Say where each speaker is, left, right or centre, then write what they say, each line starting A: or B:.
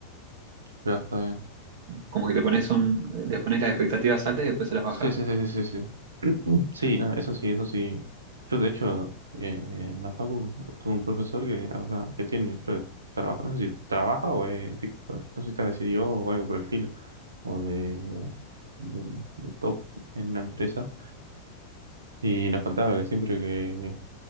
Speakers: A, on the right (about 70°); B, on the right (about 50°).
A: Pero está bien.
B: Como que le pones un, le pones las expectativas altas y después se las baja.
A: Sí, sí, sí, sí, sí. Sí, <clears throat> Sí, no, eso sí, eso sí. Yo, de hecho, eh, en la facu tuve un profesor que habla, que tiene, creo que trabaja, no sé si trabaja o es, tipo, no sé si está decidido o algo por el estilo, o de, de, de top en una empresa. Y nos contaba que siempre que,